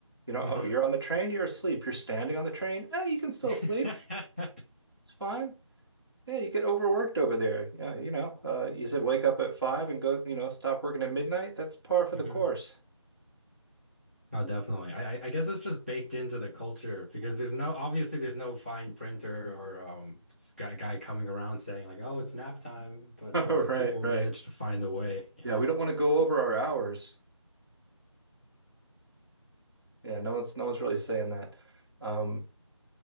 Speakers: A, on the right; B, on the right.
A: You know,
B: Mhm.
A: oh, you're on the train, you're asleep. You're standing on the train. Eh, you can still
B: <laughs>
A: sleep. It's fine. Yeah, you get overworked over there. Yeah, you know, uh, you said wake up at five and go, you know, stop working at midnight. That's par for
B: Mm-hmm.
A: the course.
B: Oh, definitely. I I- guess it's just baked into the culture because there's no obviously there's no fine printer or um guy guy coming around saying like, oh, it's nap time, but
A: <laughs>
B: uh,
A: Right,
B: people
A: right.
B: manage to find a way, you
A: Yeah,
B: know.
A: we don't want to go over our hours. Yeah, no one's no one's really saying that. Um,